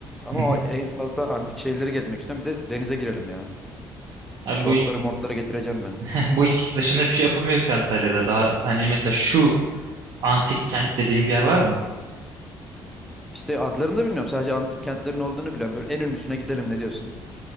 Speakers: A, in the centre; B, on the right.
A: Ama
B: Hı hı.
A: o en fazla antik şeyleri gezmek istiyorum. Bir de denize girelim ya.
B: Abi
A: Şortları
B: bu ik-
A: mortları getireceğim ben.
B: <laughs> bu ikisi dışında bir şey yapılmıyor ki Antalya'da. Daha hani mesela şu antik kent dediğim bir yer var mı?
A: İşte adlarını da bilmiyorum. Sadece antik kentlerin olduğunu biliyorum. Böyle en ünlüsüne gidelim ne diyorsun?